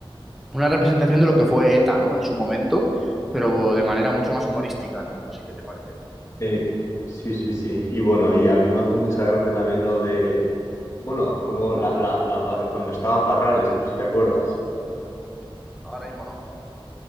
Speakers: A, in the centre; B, on the left.
A: una representación de lo que fue ETA, ¿no? En su momento, pero de manera mucho más humorística,
B: Mm.
A: ¿no? No sé qué te parece.
B: Sí, sí, sí, sí. Y bueno, y a mí me hace mucha gracia también lo de, bueno, como la, la, la, pa- cuando estaba Parrales, no sé si te acuerdas.
A: Mm, Ahora mismo no.